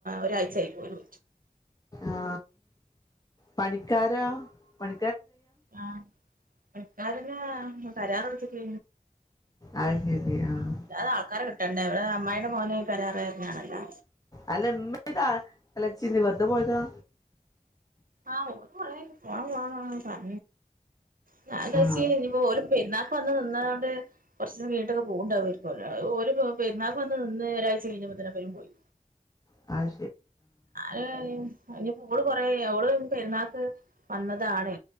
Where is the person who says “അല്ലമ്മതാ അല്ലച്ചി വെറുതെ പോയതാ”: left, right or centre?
Left